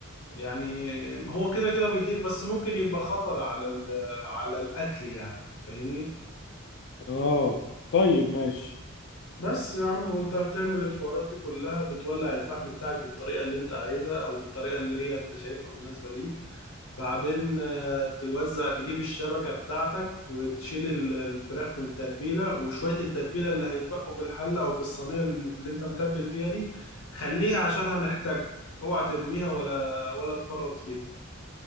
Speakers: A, on the left (about 75°); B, on the left (about 55°).
A: يعني هو كده كده بيطير بس ممكن يبقى خطر على ال- على الاكل يعني فاهمني
B: آه، طيب ماشي
A: بس يا عم وانت بتعمل الحوارات دي كلها بتولع الفحم بتاعك بالطريقة اللي انت عايزها او بالطريقة اللي هي انت شايفها مناسبة ليك بعدين آه، توزع تجيب الشبكة بتاعتك وتشيل ال- الفراخ من التتبيلة وشوية التتبيلة اللي هيتبقوا في الحلة او في الصينية اللي اللي انت متبل فيها دي خليها عشان هنحتاجها اوعى ترميها ولا ولا تفرط فيها